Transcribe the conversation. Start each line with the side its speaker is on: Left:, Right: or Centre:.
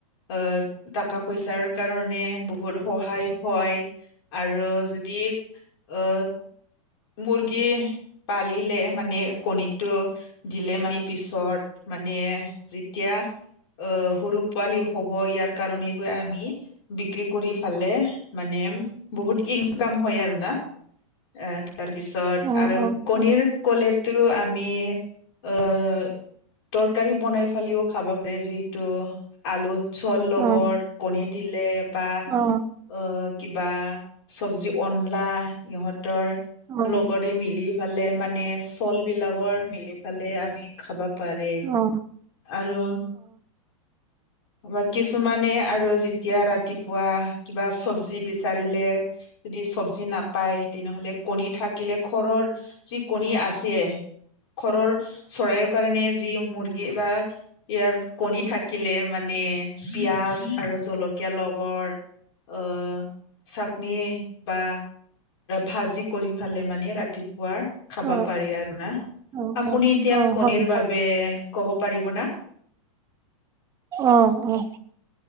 Left: অ', টকা পইচাৰ কাৰণে বহুত সহায় হয় আৰু যদি অ মুৰ্গী পালিলে মানে কণীটো দিলে মানে পিছত মানে যেতিয়া অ' সৰু পোৱালি হ'ব, ইয়াৰ কাৰণেবো আমি বিক্ৰী কৰি ফালে মানে বহুত ইনকাম হয় আৰু না। অ' ইয়াৰ পিছত
Right: অ
Left: আৰু
Right: অ
Left: কণীৰ
Right: অ
Left: ক'লেতো আমি অ' তৰকাৰী বনাই ফালিও খাব পাৰি, যিহেতু আলু চল লগত
Right: অ অ
Left: কণী দিলে বা
Right: অ অ অ
Left: অ' কিবা চব্জি অনলা ইহঁতৰ
Right: অ
Left: লগৰী মিলি ইফালে মানে চল বিলাকৰ মিলি ফালে আমি খাবা পাৰে
Right: অ
Left: আৰু বা কিছুমানে আৰু যেতিয়া ৰাতিপুৱা কিবা চব্জি বিচাৰিলে যদি চব্জি নাপায় তেনেহলে কণী থাকিলে ঘৰৰ যি কণী আছে ঘৰৰ চৰাইৰ কাৰণে যি মুৰ্গী বা ইয়াৰ কণী থাকিলে মানে পিয়াজ আৰু জলকীয়া লগৰ অ', চাটনি বা ভাজি কৰি ফালে মানে ৰাতিপুৱাৰ খাবা
Right: অ
Left: পাৰি আৰু না,
Right: অ
Left: আপুনি এতিয়া
Right: অ
Left: কণীৰ
Right: হয়
Left: বাবে
Right: হয়
Left: ক'ব পাৰিব না?
Right: অ', অ'।